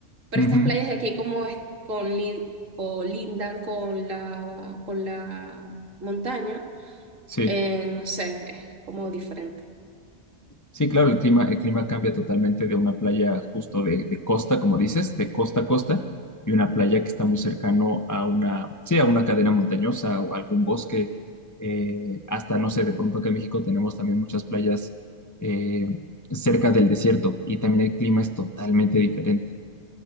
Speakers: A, on the right; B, on the left.
A: Pero
B: Ujú.
A: estas playas de aquí como es- con lin- colindan con la, con la montaña,
B: Sí,
A: eh, no sé, es como diferente.
B: sí, claro, el clima, el clima cambia totalmente de una playa justo de, de costa, como dices, de costa a costa, y una playa que está muy cercano a una, sí, a una cadena montañosa o algún bosque, eh, hasta, no sé, de pronto que en México tenemos también muchas playas eh, cerca del desierto, y también el clima es totalmente diferente.